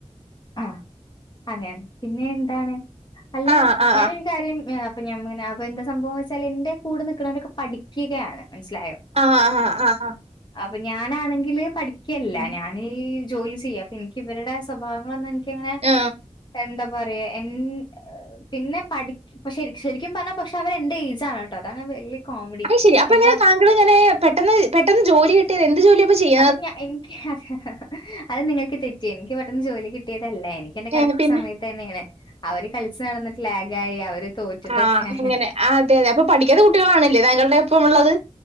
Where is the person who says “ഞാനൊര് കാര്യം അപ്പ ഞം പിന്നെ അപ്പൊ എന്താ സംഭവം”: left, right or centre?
Left